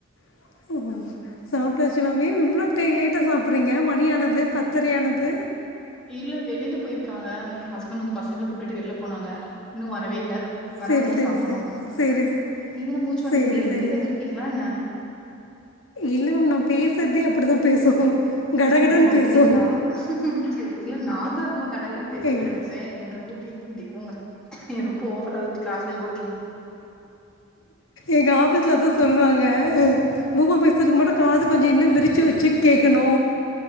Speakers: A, on the left; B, in the centre.
A: <inaudible> சாப்டாச்சி மேம் ஏம் இவ்வளோ டைம் லேட்டா சாப்பிட்றீங்க மணியானது பத்திரை ஆனது
B: இல்ல வெளில போயிருக்காங்க ஹஸ்பண்ட் வந்து பசங்கள கூப்ட்டுட்டு வெளில போனாங்க இன்னு வரவே இல்ல வரவு
A: சரி
B: தா
A: சரி
B: சாப்பணு
A: சரி சரி
B: நீங்க என்ன மூச்சு வாங்கிட்ருக்கீங்க
A: சரி சரி
B: வெளியில எது இருக்கீங்களா என்ன
A: இல்ல மேம் நா பேசறதே அப்டிதா பேசும் கடகடன்னு
B: ஓ அப்டிங்களா
A: பேசும்
B: சரிங்க நாந்தா ரொம்ப கடகடன் பேசுவே
A: எங்
B: நெனச்சே நீங்க என்ன ரொம்ப பீ பண்டிங் போங்க நீங்க ரொம்ப ஓவரா அது இப்டி கிராஸ் பண்ணி ஓட்டீங்க
A: எங்க ஆபிஸ் ல அதா சொல்வாங்க பூமா பேசதுக்கு மட்டு காது கொஞ்ச இன்னு விரிச்சி வச்சு கேக்கணு